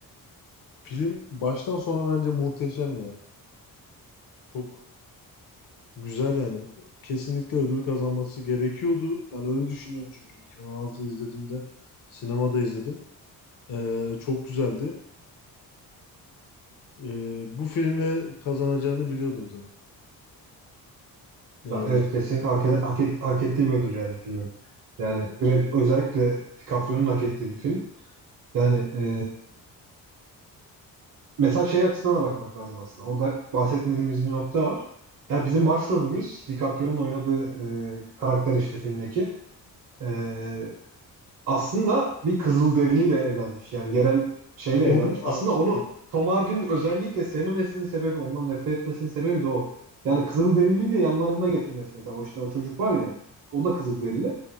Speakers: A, on the left (about 60°); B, on the right (about 50°).
A: Film baştan sona bence muhteşem ya. Çok güzel yani. Kesinlikle ödül kazanması gerekiyordu. Ben öyle düşünüyorum çünkü 2016 izlediğimde sinemada izledim. Ee, çok güzeldi. Ee, bu filmle kazanacağını biliyordum zaten. Leonardo
B: Ya Evet
A: DiCaprio.
B: kesinlikle hak, eden- hak, et- hak ettiği bir ödül yani filmin. Yani bir- özellikle DiCaprio'nun hak ettiği bir film. Yani e, mesela şey açısından da bakmak lazım aslında. Orada bahsetmediğimiz bir nokta var. Ya bizim başrolümüz DiCaprio'nun oynadığı e, karakter işte filmdeki. E, aslında bir Kızılderiliyle evlenmiş. Yani yerel şeyle
A: O
B: evlenmiş.
A: da var.
B: Aslında onu
A: Bak,
B: Tom Hardy'nin özellikle sevmemesinin sebebi, ondan nefret etmesinin sebebi de o. Yani Kızılderiliyi de yanlarına getirmesi mesela. O işte o çocuk var ya, o da Kızılderili.